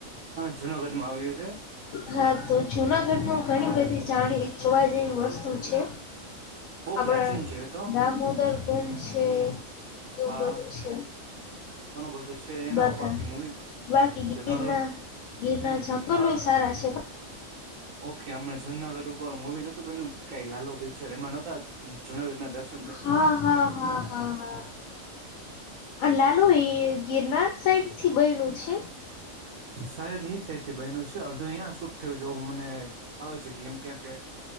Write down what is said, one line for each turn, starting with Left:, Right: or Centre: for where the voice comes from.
Right: હા જુનાગઢમાં આવ્યું છે
Left: હાં, તો જુનાગઢમાં ઘણી બધી જાણી જોવા જેવી વસ્તુ છે,
Right: બહુ
Left: આપડા
Right: પ્રાચીન છે એ તો
Left: દામોદર પણ છે. એવું
Right: હા,
Left: બધું છે
Right: ઘણું બધું છે એના
Left: બાકા
Right: ઉપર આખી મૂવી બની.
Left: બાકી
Right: જુનાગઢ
Left: ગીરના ગીરના
Right: હમ
Left: જંગલોય
Right: જૂના.
Left: સારા છે
Right: ઓકે હમણાં જુનાગઢ ઉપર મૂવી નતું બન્યું કાંઈ લાલો પિક્ચર એમાં નતા જૂનાગઢના દર્શ
Left: હા હા હા હા. હા, હા. આ લાલો ઈ એ ગિરનાર સાઈડથી બયનું છે?
Right: સાઈદ ઈ સાઈડથી બયનું છે. અડધુ યા શૂટ થયું છે એવું મને આવે છે કે કેમ કે